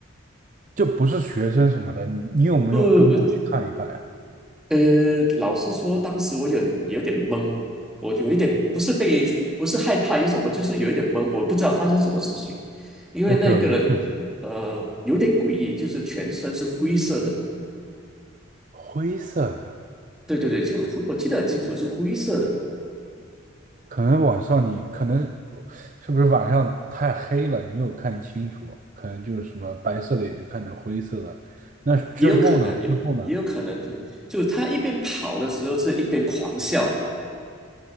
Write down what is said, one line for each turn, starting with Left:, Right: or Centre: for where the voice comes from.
Right: 就不是学生什么的，你你有没有跟过去看一看呀
Centre: 不不不，呃，老实说，当时我有有点懵，我有一点不是被不是害怕，有什么就是有一点懵，我不知道发生什么事情，因为那个人呃有点诡异，
Right: ？OK OK，确实，
Centre: 就是全身是灰色的，
Right: 灰色的，
Centre: 对对对，就灰，我记得很清楚是灰色的，
Right: 可能晚上你可能是不是晚上太黑了，你没有看清楚，可能就是什么白色的也就看成灰色的。那之后呢？
Centre: 也有可能有也有可能就就他一边跑的时候是一边狂笑，
Right: 之后呢？